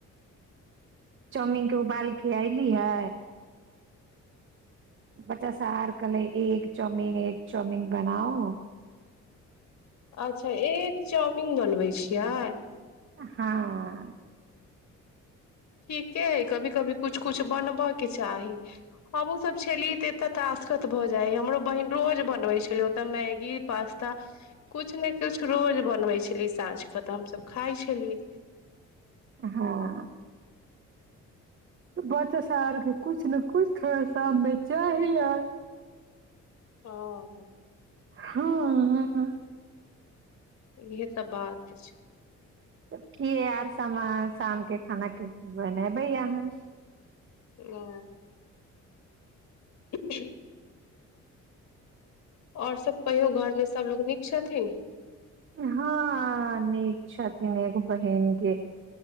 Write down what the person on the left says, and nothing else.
अच्छा एग चाउमीन बनबै छियै
ठीके हइ। कहियो-कहियो किछु ने किछु बनबयके चाही। हमहूँसभ जखन एतय छलियै, तऽ साँझकेँ तासखत भऽ जाइत छल। हमर बहिन रोज मैगी, पास्ता आ किछु ने किछु बनबैत छलै, तऽ हमसभ साँझकेँ मिलि कऽ खाइत छलियै।
ह
इहे तऽ बात छै
ओ <inaudible> आओर सभ कहियो घर मे सबलोग नीक छथिन